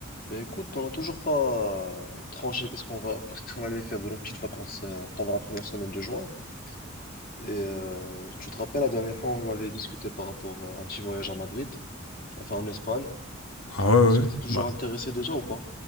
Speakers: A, on the left (about 45°); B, on the left (about 80°).
A: Ben écoute, on n'a toujours pas euh, tranché qu'est-ce qu'on va, qu'est-ce qu'on allait faire de nos petites vacances euh, pendant la première semaine de juin. Et euh, tu te rappelles, la dernière fois, on avait discuté par rapport euh, à un petit voyage à Madrid, enfin en Espagne.
B: Ah ouais, ouais.
A: Est-ce que
B: ouais.
A: tu es toujours
B: Bah.
A: intéressé déjà ou pas?